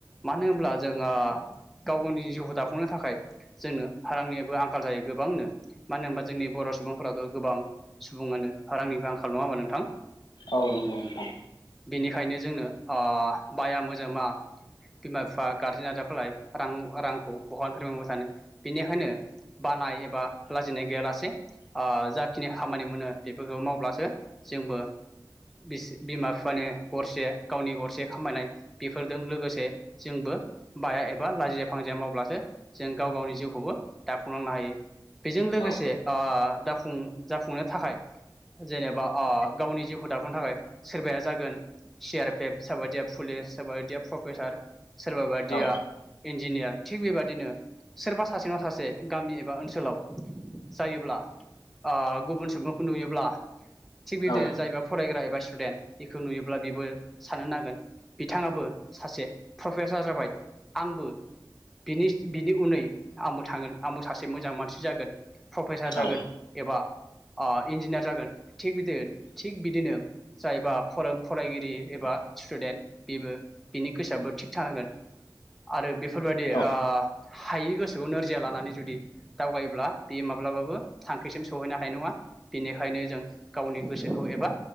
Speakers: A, in the centre; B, on the left (about 70°).
A: मानो होनब्ला जों ओ गाव गावनि जिउखौ दाफुंनो थाखाय जोंनो रारांनिबो आंखाल जायो गोबांनो मानो होनबा जोंनि बर' सुबुंफोरानो गोबां सुबुङानो रांनिबो आंखाल नङा होमबा नोंथां
B: औ नंगौ नोंथां
A: बिनिखायनो जोंङो ओ बाया मोजोमा बिमा बिफा गारजेन आजाफालाय रां रांखौ बहानिफाय मोननो सानो बिनिखायनो बानाय एबा लाजिनाय गैयालासे आ जाखिनि खामानि मोनो बेफोरखौ मावब्लासो जोंबो बिस बिमा माने गरसे गावनि गरसे खामायनाय बेफोरजों लोगोसे जोंबो बाया एबा लाजिया फांजिया मावब्लासो जों गाव गावनि जिउखौबो दाफुंलांनो हायो बेजों लोगोसे
B: औ
A: ओ दाफुं जाफुंनो थाखाय जेनेबा ओ गावनि जिउखौ दाफुंनो थाखाय सोरबाया जागोन सि आर पि एफ सोरबायदिया पुलिस सोरबायदिया प्रफेसार सोरबाबादिया
B: औ
A: इन्जिनियार थिग बेबादिनो सोरबा सासेङा सासे गामि एबा ओनसोलाव जायोब्ला ओ गुबुन सुबुंखौ नुयोब्ला थिग बेदिनो
B: औ
A: जायबा फरायग्रा एबा स्टुडेन्ट बेखौ नुयोब्ला बेबो साननो नांगोन बिथाङाबो सासे प्रफेसार जाबाय आंबोनि बिनि बिनि उनै आंबो थांगोन आंबो सासे मोजां मानसि जागोन। प्रफेसार जागोन
B: औ
A: एबा अ इन्जिनियार जागोन थिग बिदि थिग बिदिनो जायोबा फरों फरायगिरि एबा स्टुडेन्ट बेबो बिनि गोसोआबो थिग थानांगोन आरो बेफोरबायाददि
B: औ
A: ओ हायि गोसोखौ नोरजिया लानानै जुदि दावगायोब्ला बेयो माब्लाबाबो थांखिसिम सौहैनो हानाय नङा बिनिखायनो जों गावनि गोसोखौ एबा